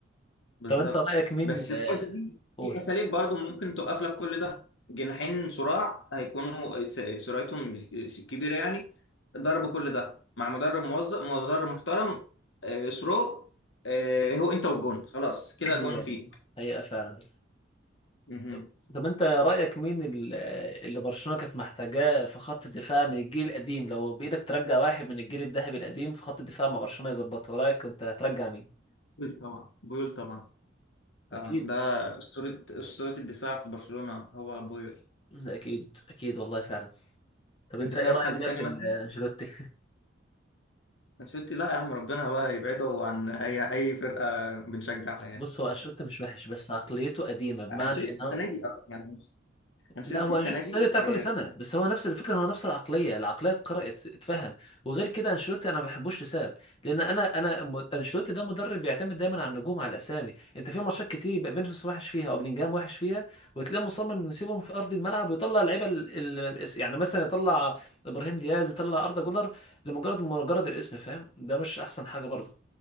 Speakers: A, on the left; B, on the left.
A: بالظبط
B: طب انت رايك مين
A: بس
B: آه،
A: برضه في
B: قول
A: في اساليب برضه ممكن توقف لك كل ده جناحين صراع هيكونوا س- سرعتهم كبيره يعني ضربوا كل ده مع مدرب موظف مدرب محترم آه، سرو آه، هو انت والجون خلاص كده
B: ليه
A: جون فيك
B: حقيقه فعلا
A: مهم.
B: طب طب انت رايك مين ال- آه، اللي برشلونه كانت محتاجاه في خط الدفاع من الجيل القديم لو بايدك ترجع واحد من الجيل الذهبي القديم في خط الدفاع مع برشلونه يظبطه رايك كنت هترجع مين
A: بويل طبعا بويل طبعا طبعا
B: اكيد
A: ده اسطوره اسطوره الدفاع في برشلونه هو بويل
B: اكيد اكيد والله فعلا طب
A: انت
B: انت
A: شايف
B: ايه رايك
A: حد
B: بقى
A: تاني
B: في
A: مثلا
B: ال- آه، انشيلوتي
A: انشيلوتي لا يا عم ربنا بقى يبعده عن اي اي فرقه بنشجعها يعني
B: بص هو انشيلوتي مش وحش بس عقليته قديمه بمعنى
A: <laughs> انشيلوتي
B: ان
A: السنه دي اه يعني انشيلوتي
B: لا هو
A: السنه
B: انشيلوتي
A: دي
B: السنه دي بتاع
A: آه
B: كل سنه بس هو نفس الفكره إن هو نفس العقليه العقليه اتقرأت اتفهم وغير كده انشيلوتي انا ما بحبوش لسبب لان انا انا م- انشيلوتي ده مدرب بيعتمد دايما على النجوم على الاسامي انت في ماتشات كتير يبقى فينيسيوس وحش فيها او بلينجهام وحش فيها وتلاقيه مصمم انه يسيبهم في ارض الملعب ويطلع اللعيبه ال- ال- يعني مثلا يطلع ابراهيم دياز يطلع اردا جولر لمجرد مجرد الاسم فاهم ده مش احسن حاجه برضه